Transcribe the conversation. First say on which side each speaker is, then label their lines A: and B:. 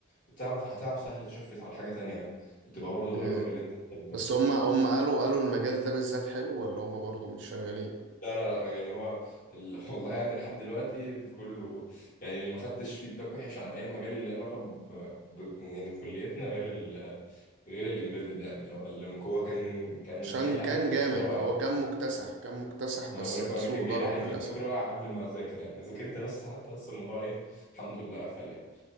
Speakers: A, on the left; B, on the right.
A: بتعرف هتعرف سهل تشفت على حاجة تانية يعني. بتبقى برضه
B: مم.
A: قريبة من اللي أنت بتحبها
B: بس هم هم قالوا قالوا المجال ده بالذات حلو ولا هم برضو مش شغالين
A: لا لا لا يعني هو ال... <laughs> والله يعني لحد دلوقتي كله يعني اللي ما خدتش فيدباك وحش عن أي مجال اللي له علاقة ب... ب... يعني كليتنا غير ال... غير الإمبيدد يعني اللي هو اللي هو كان كان
B: عشان
A: جاي لي
B: كان
A: عليه فيدباك
B: جامد
A: رائع
B: هو كان مكتسح كان مكتسح بس
A: وانا بقول لك
B: السوق
A: هو انا كان جاي
B: ضرب
A: لي عليه فيدباك
B: للأسف
A: رائع قبل ما اذاكر يعني ذاكرت بس حتى بس الموضوع ايه الحمد لله قفل يعني